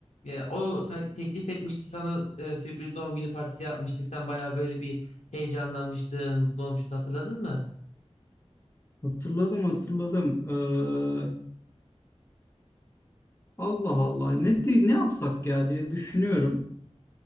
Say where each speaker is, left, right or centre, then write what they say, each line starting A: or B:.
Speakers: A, on the left; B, on the left.
A: e, o ta- teklif etmişti sana e, sürpriz doğum günü partisi yapmıştık. Sen bayağı böyle bir heyecanlanmıştın, mutlu olmuştun hatırladın mı?
B: Hatırladım hatırladım. Ee, Allah Allah ne di- ne yapsak ya diye düşünüyorum.